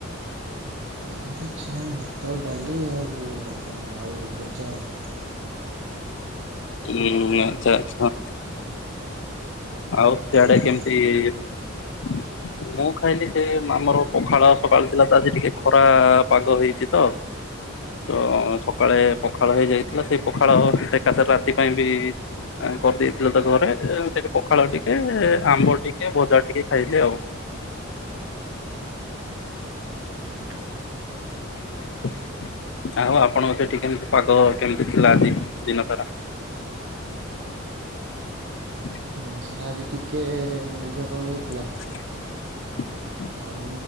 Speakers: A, on the right; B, on the left.
A: ଆ କିଛି ନାହିଁ ଭାତ ଡାଲି ଆଉ କଣ ଆଳୁ ଭଜା ଆଉ।
B: ହୁଁ ଆଚ୍ଛା ଆଛା ଆଉ ସିଆଡେ
A: ଆପଣ?
B: କେମିତି <inaudible> ମୁଁ ଖାଇଲି ସେ ଆମର ପଖାଳ ସକାଳୁ ଥିଲା ତ ଆଜି ଟିକେ ଖରା ପାଗ ହେଇଛି ତ ତ ସକାଳେ ପଖାଳ ହେଇଯାଇଥିଲା ସେଇ ପଖାଳ ସେକାଶରେ ରାତି ପାଇଁ ବି କରିଦେଇଥିଲେ ତା ଘରେ ସେ ପଖାଳ ଟିକେ ଆମ୍ବ ଟିକେ ଭଜା ଟିକେ ଖାଇଲେ ଆଉ।
A: <inaudible>
B: <inaudible> ଆ ହଉ ଆପଣଙ୍କ ସେଠି କେମିତି ପାଗ କେମିତି ଥିଲା ଆଜି ଦିନ ସାରା? <inaudible>
A: ଦିନ ସାରା ଆଜି ଟିକେ ମେଘୁଆ ପାଗ ଥିଲା।
B: <inaudible>
A: ଆଉ